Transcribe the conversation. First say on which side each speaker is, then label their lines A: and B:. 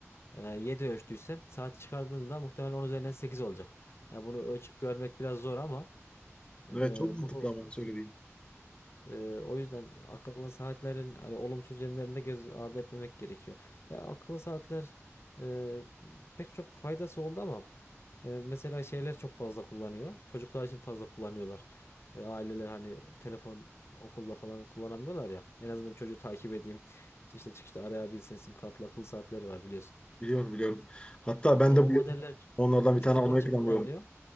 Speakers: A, on the left (about 55°); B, on the left (about 20°).
A: e, 7 ölçtüysem saati çıkardığında muhtemelen 10 üzerinden 8 olacak. Yani bunu ölçüp görmek biraz zor ama e,
B: Evet çok mantıklı
A: bunu
B: ama söylediğin.
A: e, o yüzden akıllı saatlerin hani olumsuz yönlerini de göz ardı etmemek gerekiyor. Ya akıllı saatler e, pek çok faydası oldu ama e, mesela şeyler çok fazla kullanıyor. Çocuklar için fazla kullanıyorlar. E, aileler hani telefon okulda falan kullanamıyorlar ya. En azından çocuğu takip edeyim. İşte çıkışta arayabilsin. Sim kartlı akıllı saatleri var biliyorsun.
B: Biliyorum biliyorum. Hatta ben
A: Aa,
B: de
A: O
B: bu
A: modeller
B: yıl
A: ç-
B: onlardan bir
A: çocuklar
B: tane almayı
A: için
B: planlıyorum.
A: kullanılıyor.